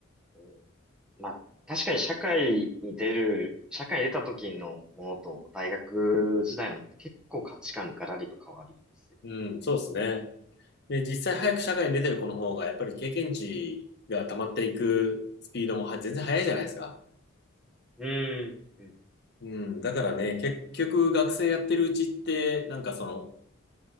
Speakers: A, in the centre; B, on the left (about 55°).
A: うんまあ、確かに社会に出る、社会に出た時のものと大学時代のものって結構価値観がらりと変わりますよ
B: うん、そうですね。で、実際早く社会に出てる子の方が、やっぱり経験値が溜まっていくスピードもは全然早いじゃないですか。
A: ね。うん。うん。
B: うん、だからね、結局学生やってるうちって、なんかその、